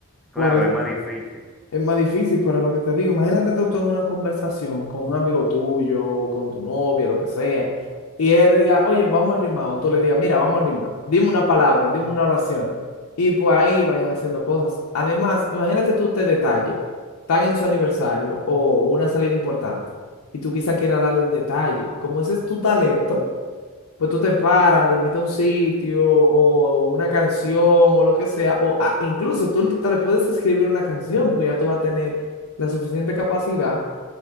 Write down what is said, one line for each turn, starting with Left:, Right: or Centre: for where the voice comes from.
Centre: Claro,
Left: por eso
Centre: es más difícil.
Left: es más difícil, pero lo que te digo, imagínate tú, tú en una conversación con un amigo tuyo, con tu novia, lo que sea, y ella te diga, oye, vamos a rimar, o tú le digas, mira, vamos a rimar, dime una palabra, dime una oración, y pues ahí vayan haciendo cosas. Además, imagínate tú este detalle, están en su aniversario o una salida importante, y tú quizás quieras darle un detalle, como ese es tu talento. Pues tú te paras, le invitas a un sitio o, o una canción o lo que sea, o a- incluso tú te le puedes escribir una canción porque ya tú vas a tener la suficiente capacidad